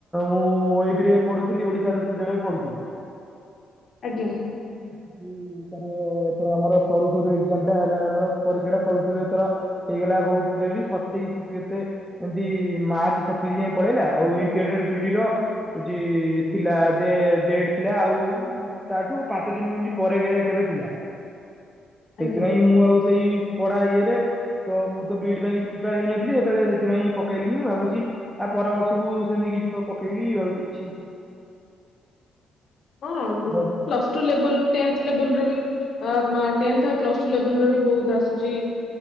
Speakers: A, in the centre; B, on the left.
A: ମୁଁ ଏବିରେ ପଢୁଥିଲି ଓଡ଼ିଶା ଆଦର୍ଶ ବିଦ୍ୟାଳୟରେ ପଢୁଥିଲି।
B: ଆଜ୍ଞା।
A: ଏଥର ଆମର ସରୁ ସରୁ ଏକ୍ସାମଟା ହେଲା ଆମର ପରୀକ୍ଷା ଟା ସରୁ ସରୁ ଏଥର ହେଇଗଲା ବହୁତ ଡେରି ସତେଇଶି କେତେ ଏମତି ମାର୍ଚ୍ଚ ସତେଇଶି ଯାଏଁ ପଳେଇଲା ଆଉ ଏ ଟେ ଡେ ବିଡିର
B: ଆଜ୍ଞା।
A: ହଉଛି ଥିଲା ଯେ ଡେଟ ଥିଲା ଆଉ ତାଠୁ ପାଞ୍ଚ ଦିନି ଏମତି ପରେ କେବେ ଥିଲା ସେଥିପାଇଁ
B: ଆଜ୍ଞା।
A: ମୁଁ ଆଉ ସେଇ ପଢା ଇଏରେ ତ ମୁଁ ତ ବି ଡି ପାଇଁ କିଛି ପ୍ରିପେୟାର ହେଇନଥିଲି, ସେତେବେଳେ ସେଥିପାଇଁ ପକେଇଲିନି ଭାବୁଛି ଆ ପରବର୍ଷକୁ ସେମିତି କିଜି କଁ ପକେଇବି ଭାବିଛି କିଛି
B: ହଁ
A: ଆଜ୍ଞା
B: ପ୍ଲସ ଟୁ ଲେବଲ ଟେନ୍ଥ ଲେବଲର ବି ଅ ହଁ ଟେନ୍ଥ ଆଉ ପ୍ଲସ୍ ଟୁ ଲେବଲ ର ବି ବହୁତ ଆସୁଚି